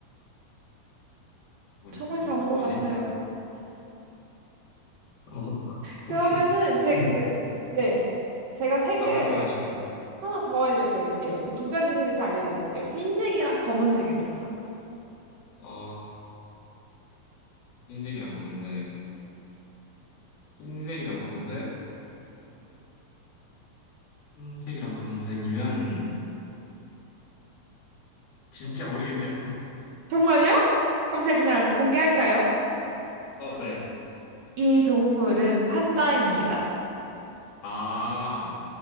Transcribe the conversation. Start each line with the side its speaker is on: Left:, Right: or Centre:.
Left: 뭐,
Right: 정말
Left: 뭐,
Right: 다
Left: 뭐-
Right: 온 것
Left: 뭐지?
Right: 같아요.
Left: 어,
Right: 그러면은
Left: 혹시,
Right: 제가
Left: <laughs>
Right: 네, 네. 제가 색을
Left: 아, 말씀하십시오.
Right: 하나 더 알려드릴게요. 그 두 가지 색을 다 알려드릴게요. 흰색이랑 검은색입니다.
Left: 어, 흰색이랑 검은색. 흰색이랑 검은색? 흰색이랑 검은색이면, 진짜 모르겠네요.
Right: 정말요? 그럼 제가 그냥 공개할까요?
Left: 어, 네.
Right: 이 동물은 판다입니다.
Left: 아,